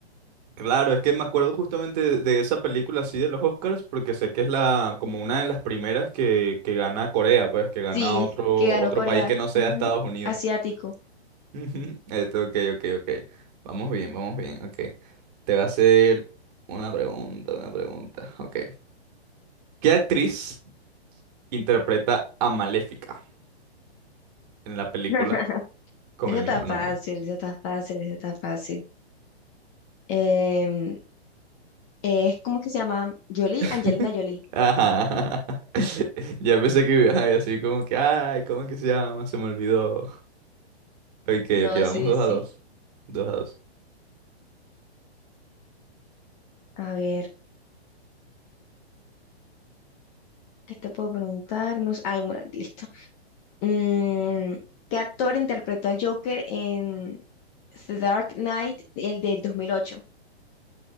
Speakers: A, on the right; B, on the left.
A: Claro, es que me acuerdo justamente de, de esa película así de los Oscars, porque sé que es la, como una de las primeras que, que gana Corea, pues, que gana
B: Sí,
A: otro,
B: que ganó
A: otro
B: Corea.
A: país que no sea
B: Ujú,
A: Estados Unidos.
B: Asiático.
A: <laughs> Ujú, Esto, ok, ok, ok. Vamos bien, vamos bien, ok. Te voy a hacer una pregunta, una pregunta, ok. ¿Qué actriz interpreta a Maléfica en la película
B: <laughs>
A: con
B: Eso
A: el
B: está
A: mismo
B: fácil,
A: nombre?
B: eso está fácil, eso está fácil. Em, es como que se llama Jolie,
A: <laughs>
B: Angelina Jolie.
A: Ajá. <laughs> Ya pensé que iba a decir como que, ay, ¿cómo es que se llama? Se me olvidó. Ok,
B: No,
A: ok, vamos
B: sí,
A: dos
B: sí.
A: a dos. Dos a dos.
B: A ver, ¿qué te puedo preguntar? No sé- bueno, listo. Mm, ¿qué actor interpretó al Joker en The Dark Knight, el del dos mil ocho?